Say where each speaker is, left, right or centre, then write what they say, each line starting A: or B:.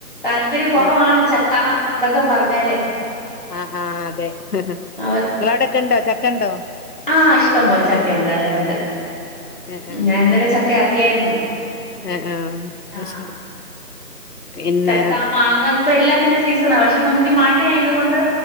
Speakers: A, on the left; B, on the left.
A: താല്പര്യം കുറവാണ്
B: ഉം
A: ചക്കാ അതൊക്കെ പറഞ്ഞാല്
B: ആഹ് ആ അതെ
A: അവർ
B: നിങ്ങളവിടൊക്കെ ഉണ്ടോ ചക്ക ഉണ്ടോ
A: ആഹ് ഇഷ്ടം പോലെ ചക്കേണ്ട് അതെ ഉണ്ട്
B: ആ ആ
A: ഞാൻ ഇന്നലെ ചക്കയാക്കിയായിരുന്നു
B: ശരി ആ ആ അത്
A: ആഹ്
B: ശരി പിന്നെ
A: ചക്ക മാങ്ങ ഇപ്പൊ എല്ലാത്തിന്റെ സീസണാ പക്ഷെ നമുക്ക് ഈ മഴ ആയത് കൊണ്ട്